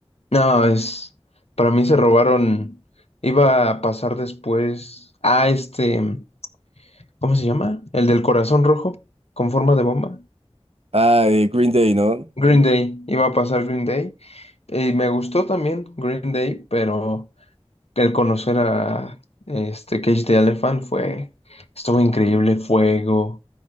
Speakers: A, on the left (about 85°); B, on the right (about 75°).
A: No, es... Para mí se robaron... Iba a pasar después a este... ¿Cómo se llama? El del corazón rojo con forma de bomba.
B: Ah, eh, Green Day, ¿no?
A: Green Day. Iba a pasar Green Day. Y me gustó también Green Day, pero el conocer a este Cage the Elephant fue, estuvo increíble, fuego,